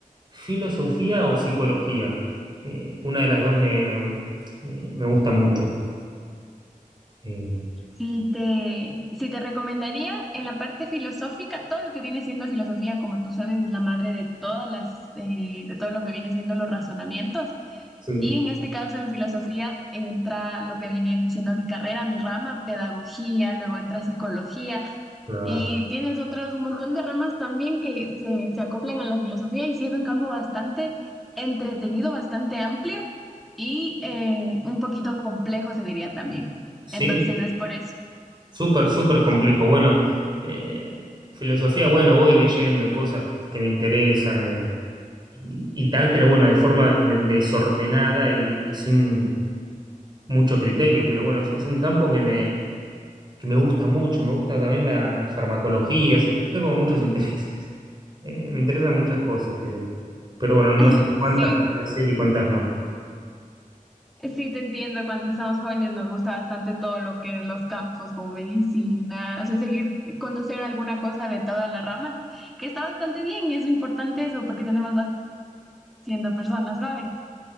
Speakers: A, on the right; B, in the centre.
A: filosofía o psicología. Eh, una de las dos me, me- me- me gusta mucho. Eh,
B: Sí te, sí te recomendaría en la parte filosófica, todo lo que viene siendo filosofía, como tú sabes, es la madre de todas las, eh, de todo lo que viene siendo los razonamientos.
A: sí,
B: Y en este caso, en filosofía, entra lo que viene siendo mi carrera, mi rama, pedagogía, luego entra psicología,
A: claro.
B: y tienes otros un montón de ramas también que se, se acoplan a la filosofía, y sí es un campo bastante entretenido, bastante amplio y eh, un poquito complejo, se diría también.
A: Sí,
B: Entonces es por eso.
A: súper, súper complejo. Bueno, eh, filosofía, bueno, voy leyendo cosas que, que me interesan eh, y, y tal, pero bueno, de forma de- desordenada y, y sin mucho criterio. Pero bueno, es, es un campo que me, que me gusta mucho, me gusta también la, la farmacología, o sea, tengo como muchos intereses. <laughs> Eh, me interesan muchas cosas, pero, pero bueno,
B: <laughs>
A: no sé cuántas
B: Sí,
A: podría
B: te,
A: hacer y cuántas no.
B: sí te entiendo. Cuando somos jóvenes nos gusta bastante todo lo que es los campos como medicina, o sea, seguir conocer alguna cosa de todas las ramas, que está bastante bien y es importante eso porque tenemos bastante siendo personas jóvenes.